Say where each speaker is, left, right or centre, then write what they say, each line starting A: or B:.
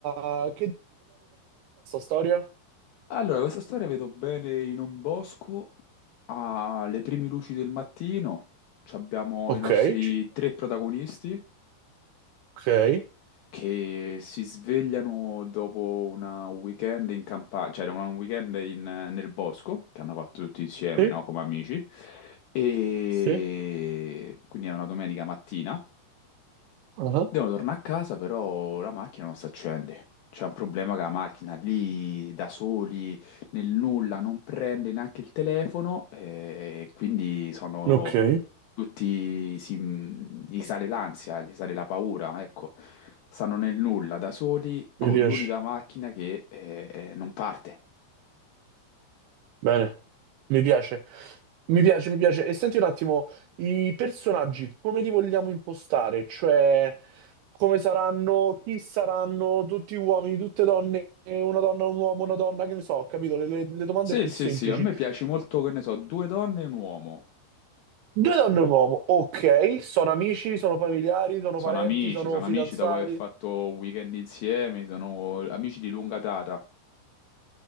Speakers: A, on the right; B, on the left.
A: Ah, Gloria?
B: Allora, questa storia vedo bene in un bosco, alle prime luci del mattino, ci abbiamo
A: Ok,
B: i nostri tre protagonisti
A: ok,
B: che si svegliano dopo una- un weekend in campagna, cioè una- un weekend in- nel bosco, che hanno fatto tutti insieme,
A: sì,
B: no? Come amici, e
A: sì,
B: quindi è una domenica mattina.
A: ah,
B: Devo tornare a casa, però la macchina non si accende. C'è un problema che la macchina lì da soli, nel nulla, non prende neanche il telefono e quindi sono
A: ok,
B: tutti, si, gli sale l'ansia, gli sale la paura, ecco. Stanno nel nulla da soli con
A: mi piace,
B: l'unica macchina che eh, eh, non parte.
A: bene, mi piace, mi piace, mi piace. E senti un attimo, i personaggi come li vogliamo impostare? Cioè, come saranno, chi saranno, tutti uomini, tutte donne, una donna, un uomo, una donna, che ne so, capito? Le, le- le domande
B: Sì,
A: più
B: sì,
A: semplici.
B: sì, a me piace molto, che ne so, due donne e un uomo.
A: Due donne e un uomo, ok, sono amici, sono familiari, sono
B: Sono
A: parenti,
B: amici,
A: sono
B: sono
A: fidanzati.
B: amici dopo aver fatto un weekend insieme, sono amici di lunga data.